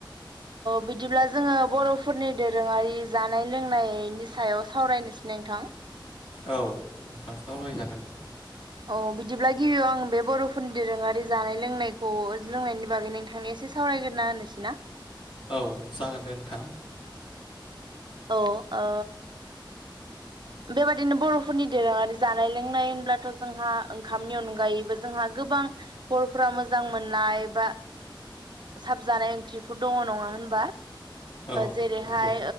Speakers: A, on the right; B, on the left.
A: बिदिब्ला जोंङो बर'फोरनि दोरोंङारि जानाय लोंनायनि सायाव सावरायनो नोंथां
B: औ नोंथां सावराय जागोन
A: औ बिदिब्ला गिबियाव आं बे बर'फोरनि दोरोंङारि जानाय लोंनायखौ लोंनायनि बागै नोंथांनि एसे सावरायग्रोना होनोसै ना
B: औ जागोन दे नोंथां
A: औ ओ बेबायदिनो बर'फोरनि दोरोंङारि जानाय लोंनाय होनब्लाथ' जोंहा ओंखामनि अनगायैबो जोंहा गोबां बर'फोरा मोजां मोननाय बा साब जानाय ओंख्रिफोर दंङो नङा होनबा
B: औ
A: जेरैहाय
B: नंगौ